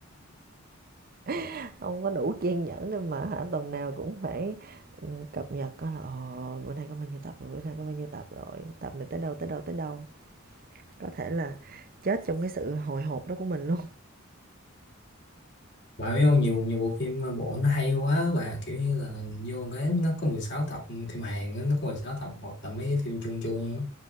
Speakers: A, on the right; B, on the left.
A: <laughs> không có đủ kiên nhẫn để mà hả tuần nào cũng phải ừ, cập nhật coi là ồ bữa nay có bao nhiêu tập rồi, bữa nay có bao nhiêu tập rồi, tập này tới đâu tới đâu tới đâu. Có thể là chết trong cái sự hồi hộp đó của mình luôn.
B: Bà biết không nhiều nhiều bộ phim ờ, bộ nó hay quá bà kiểu như là vô cái nó có mười sáu tập phim Hàn á, nó có mười sáu tập hoặc là mấy cái phim chung chung á,